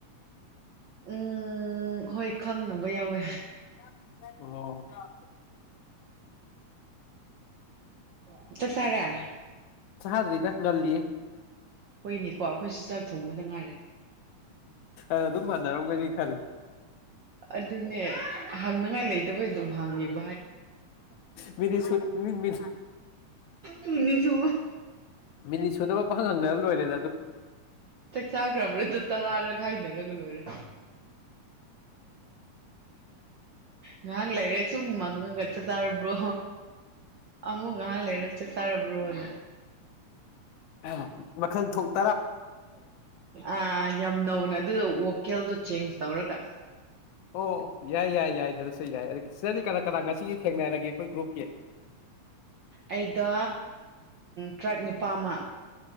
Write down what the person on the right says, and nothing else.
ꯎꯝ ꯍꯣꯏ ꯈꯪꯅꯕ ꯌꯥꯎꯋꯦ
ꯃ ꯆꯥꯛꯆꯥꯥꯒ
ꯍꯣꯏꯅꯤꯀꯣ ꯑꯩꯈꯣꯏꯁꯨ ꯆ ꯊꯣꯡꯕꯗ ꯉꯥꯏꯔꯦ
ꯑꯗꯨꯅꯦ ꯍꯪꯅꯤꯉꯥꯏ ꯂꯩꯇꯕꯩ ꯑꯗꯨꯝ ꯍꯥꯡꯉꯤꯕ
ꯅꯣꯛꯅꯤꯡꯉꯤꯕꯣ
ꯆꯥꯛ ꯆꯥꯈ꯭ꯔꯕ꯭ꯔꯥ ꯑꯗꯨ ꯇꯔꯥꯔꯒ ꯍꯥꯏꯅꯔꯒ ꯂꯣꯏꯔꯦ ꯉꯥꯏꯍꯥꯛ ꯂꯩꯔꯦ ꯁꯨꯝ ꯃꯪꯉꯒ ꯆꯠ ꯆꯥꯔꯕ꯭ꯔꯣ ꯑꯃꯨꯛ ꯉꯥꯏꯍꯥꯛ ꯂꯩꯔꯛ ꯆꯥꯛ ꯆꯥꯔꯕ꯭ꯔꯣꯅ
ꯑꯥ ꯌꯥꯝ ꯅꯧꯅ ꯑꯗꯨꯗꯣ ꯋꯣꯀꯦꯜꯗꯣ ꯆꯦꯟꯖ ꯇꯧꯔꯒ
ꯑꯩꯗ ꯇ꯭ꯔꯥꯏꯞ ꯅꯨꯅꯤꯄꯥ ꯑꯃ